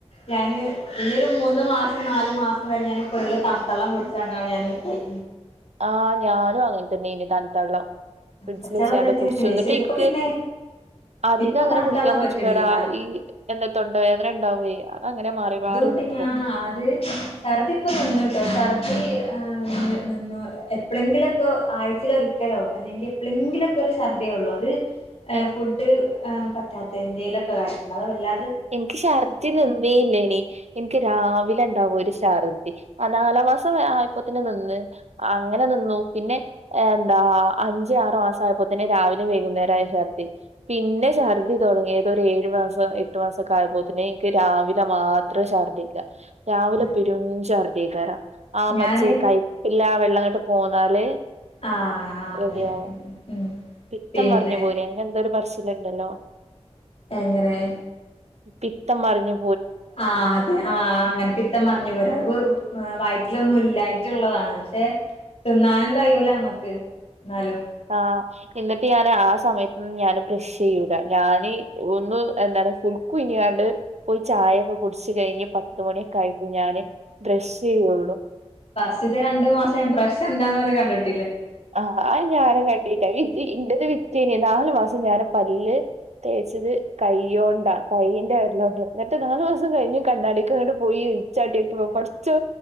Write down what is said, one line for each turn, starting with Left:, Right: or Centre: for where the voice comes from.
Left: ഞാൻ ഈ ഒരു മൂന്ന് മാസം നാല് മാസം വരെ ഞാൻ പൊള്ള കന്തള്ളം കുടിച്ചാണ്ടാണ് ഞാന് കഴി
Right: ആഹ് ഞാനും അങ്ങനെതന്നെയാനി തണുത്തള്ളം ഫ്രിഡ്ജില്
Left: പച്ചവെള്ളം
Right: വെച്ചാണ്ട്
Left: പറ്റും
Right: കുടിച്ചു
Left: പക്ഷെ
Right: എന്നിട്ട്
Left: ഇപ്പൊ
Right: എനിക്ക്
Left: പിന്നെ
Right: ആഹ് അധികം
Left: ഇപ്പൊ
Right: അങ്ങനെ
Left: തണുത്തള്ളം
Right: കുടിക്കാൻ പറ്റൂല്ലടാ
Left: പറ്റണില്ല
Right: ഈ എന്താ തൊണ്ടവേദന ഉണ്ടാവേ അത് അങ്ങനെ മാറി മാറി
Left: ഉണ്ടി
Right: നിക്കും.
Left: അത് ഛർദി ഇപ്പൊ നിന്നൂട്ടോ ഛർദി നിന്ന് നിന്ന് എപ്പൊളെങ്കിലുംമൊക്കെ ആഴ്ചേല് ഒരിക്കലോ അല്ലെങ്കിൽ എപ്പൊളെങ്കിലൊക്കെ ഒരു ഛർദിയേ ഉള്ളൂ അത് ഏഹ്
Right: എ
Left: ഫുഡ് ആഹ് പറ്റാത്തേന്റെ എന്തേലും ഒക്കെ ആരിക്കും അല്ലാതെ വരില്ല
Right: എനിക്ക് ഷർദി നിന്നേയില്ലേനി എനിക്ക് രാവിലെ ഉണ്ടാവോ ഒരു ഷർദി ആ നാലാം മാസം ആയപ്പൊത്തിന് നിന്ന് അങ്ങനെ നിന്നു പിന്നെ എന്താ അഞ്ച ആറു മാസം ആയപ്പോ തന്നെ രാവിലെ വൈകുന്നേരമായ ഛർദി പിന്നെ ഛർദ്ദിടങ്ങി ഏതൊ ഒരു ഏഴു മാസം എട്ടു മാസൊക്കെ ആയപ്പോത്ത്ന് എനിക്ക് രാവിലെ മാത്രേ ശർദ്ദിക്കാ രാവിലെ
Left: ഉം
Right: <unintelligible> ആ
Left: ഞാന്
Right: മച്ചേ കൈപ്പില്ല വെള്ളം അങ്ങോട്ട് പോന്നാല്
Left: ആഹ് അതെ
Right: റെഡിയാവും.
Left: ഉം
Right: പിത്തം
Left: പിന്നെ
Right: പറഞ്ഞു പോര്യോ അങ്ങനെ എന്തോ ഒരു പറച്ചിലുണ്ടല്ലോ.
Left: എങ്ങനെ
Right: പിത്തം മറിഞ്ഞ്
Left: ആ അതെ ആഹ് അങ്ങനെ പിത്തം മറിഞ്ഞു പോരാ അതിപ്പം വയറ്റിലൊന്നും ഇല്ലായി ഉള്ളതാണ് പക്ഷെ തിന്നാനും കഴിയൂല നമ്മക്ക് എന്നാലും
Right: ആഹ് എന്നിട്ട് ഞാന് ആ സമയത്തൊന്നും ഞാന് ബ്രഷ് ചെയ്യൂല ഞാന് ഒന്ന് എന്താ ഇവിടെ കുൽക്കു ഇഞ്ഞിങ്ങാണ്ട് പോയി ചായയൊക്കെ കുടിച്ച് അത് കഴിഞ്ഞ് പത്ത് മണിയൊക്കെ ആയിട്ട് ഞാന് ഡ്രസ്സ്‌ ചെയ്യുള്ളു
Left: <unintelligible> രണ്ട് മാസം ബ്രഷ് എന്താന്ന് പോലും കണ്ടിട്ട്
Right: ആഹ് അയ് ഞാനും കണ്ടില്ല <unintelligible> ഇൻ്റത് വിറ്റിയേന് നാലു മാസം ഞാന് പല്ല് പ്രത്യേകിച്ചത് കയ്യോണ്ടാ കൈയിൻന്റെറെ അയലോണ്ട് എന്നിട്ട് നാലു മാസം കഴിഞ്ഞ് കണ്ണാടിക്ക്ങ്ങ്ട്ട് പോയി ചാട്ടി ഇപ്പം കൊറച്ച്